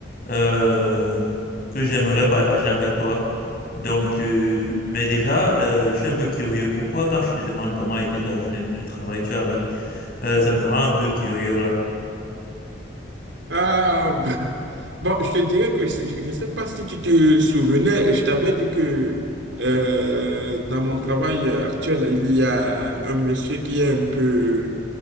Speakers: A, on the left; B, on the right.
A: euh, que j'aimerais partager avec toi. Donc, euh, mais déjà, euh, je suis un peu curieux. Pourquoi, quand je te demande comment a été ta journée de travail, tu as ri? Euh, ça me rend un peu curieux là.
B: Ah, <laughs> bon, je te dirais que c'est- je ne sais pas si tu te souvenais, je t'avais dit que euh, dans mon travail actuel, il y a un monsieur qui est un peu